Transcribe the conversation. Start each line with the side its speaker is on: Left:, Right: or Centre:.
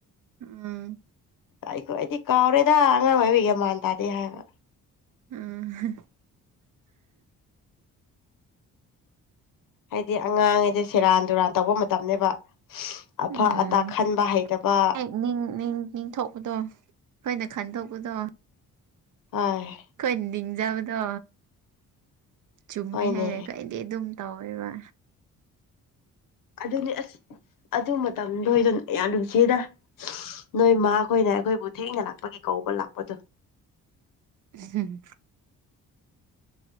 Right: ꯎꯝ
Left: ꯑꯩꯈꯣꯏꯗꯤ ꯀꯥꯎꯔꯦꯗ ꯑꯉꯥꯡ ꯑꯣꯏꯕꯤꯒꯤ ꯃꯥꯟ ꯇꯥꯗꯦ ꯍꯥꯏꯕ
Right: ꯎꯝ
Left: ꯍꯥꯏꯗꯤ ꯑꯉꯥꯡꯉꯩꯗꯤ ꯁꯦꯔꯥꯟ ꯨꯔꯥꯟ ꯇꯧꯕ ꯃꯇꯝꯅꯦꯕ ꯑꯐ
Right: ꯎꯝ
Left: ꯑꯇꯥ ꯈꯟꯕ ꯍꯩꯇꯕ
Right: ꯍ ꯅꯤꯡꯊꯄꯗꯣ ꯑꯩꯈꯣꯏꯅ ꯈꯟꯗꯣꯛꯄꯗꯣ
Left: ꯍ
Right: ꯑꯩꯈꯣꯏ ꯅꯤꯡꯖꯕꯗꯣ ꯆꯨꯝꯃꯦ
Left: ꯍꯣꯏꯅꯦ
Right: ꯍꯥꯏꯔꯦ ꯀꯣꯏ ꯗꯤ ꯑꯗꯨꯝ ꯇꯧꯋꯦꯕ
Left: ꯑꯗꯨꯅꯤ ꯑꯁ ꯑꯗꯨ ꯃꯇꯝꯗꯣꯗꯣꯏꯅ ꯌꯥꯝ ꯅꯨꯡꯁꯤꯗ ꯅꯣꯏ ꯃꯥꯈꯣꯏꯅ ꯑꯩꯈꯣꯏꯕꯨ ꯊꯦꯡꯅ ꯂꯥꯛꯄꯒꯤ ꯀꯧꯕ ꯂꯥꯛꯄꯗꯣ
Right: ꯎꯝ